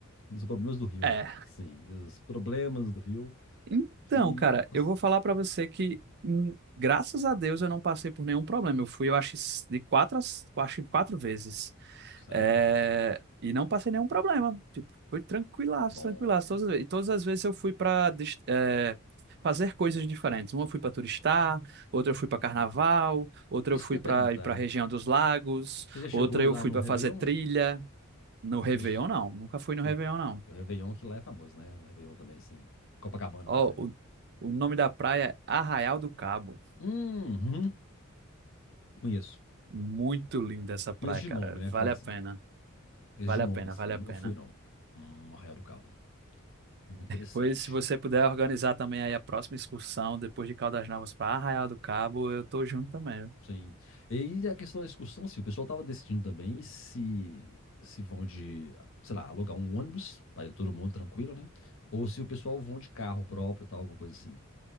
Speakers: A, on the left (about 65°); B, on the right (about 50°).
A: Os problemas do Rio.
B: É.
A: Sim, os problemas do Rio
B: Então,
A: que.
B: cara,
A: Nossa,
B: eu vou falar pra você que, hum, graças a Deus, eu não passei por nenhum problema. Eu fui, eu acho, de quatro, às- eu acho que quatro vezes.
A: sério?
B: É, e não passei nenhum problema. Tipo, foi tranquilaço,
A: Bom,
B: tranquilaço.
A: bom.
B: Todas, as ve- e todas as vezes eu fui pra dis- é, fazer coisas diferentes. Uma eu fui pra turistar, outra eu fui pra
A: Hum.
B: carnaval, outra
A: Isso
B: eu fui
A: que eu ia
B: pra
A: perguntar.
B: ir pra região dos lagos,
A: Você já chegou
B: outra
A: aí
B: eu
A: lá
B: fui
A: no
B: pra
A: Réveillon?
B: fazer trilha. No Réveillon,
A: Você já che-
B: não. Nunca fui no
A: Que,
B: Réveillon, não.
A: que o Réveillon que lá é famoso, né? O Réveillon também, assim. Copacabana,
B: Ó,
A: por exemplo.
B: o, o nome da praia é Arraial do Cabo.
A: Hum, hum, conheço.
B: Muito linda essa praia,
A: Conheço de
B: cara.
A: nome, né? Falar
B: Vale
A: assim.
B: a pena.
A: Conheço
B: Vale
A: de nome,
B: a pena,
A: assim.
B: vale
A: Nunca
B: a pena.
A: fui, não. Hum, Arraial do Cabo. Muito interessante.
B: Pois, se você puder organizar também aí a próxima excursão, depois de Caldas Novas para Arraial do Cabo, eu tô junto também. viu?
A: Sim. E a questão da excursão, sim, o pessoal tava decidindo também se se vão de, sei lá, alugar um ônibus para todo mundo tranquilo, né? Ou se o pessoal vão de carro próprio, tal, alguma coisa assim. O